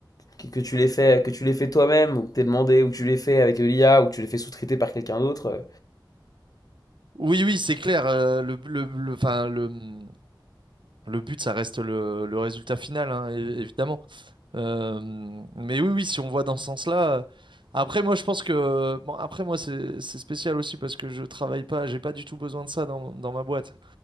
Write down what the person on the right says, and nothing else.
Oui, oui, c'est clair. euh, le, le, le, enfin, le, hmm, le but, ça reste le, le résultat final, hein, é- évidemment. Euh, hmm, mais oui, oui, si on voit dans ce sens-là. euh, Après, moi, je pense que. Bon, après, moi, c'est c'est spécial aussi parce que je travaille pas, j'ai pas du tout besoin de ça dans, dans ma boîte.